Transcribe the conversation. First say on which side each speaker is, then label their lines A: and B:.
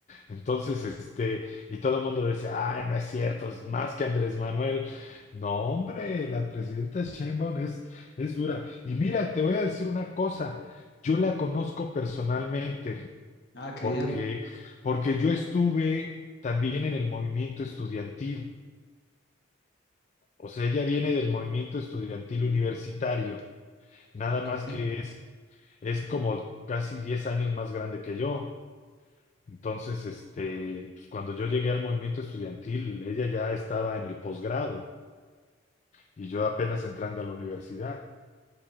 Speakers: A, on the left; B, on the left.
A: Entonces, este, y todo el mundo dice, ay, no es cierto, es más que Andrés Manuel. No, hombre, la presidenta Sheinbaum es, es dura. Y mira, te voy a decir una cosa, yo la conozco personalmente,
B: Ah, qué
A: porque,
B: bien,
A: porque yo estuve también en el movimiento estudiantil. O sea, ella viene del movimiento estudiantil universitario, nada
B: ok.
A: más que es, es como casi 10 años más grande que yo. Entonces, este, pues, cuando yo llegué al movimiento estudiantil, ella ya estaba en el posgrado y yo apenas entrando a la universidad.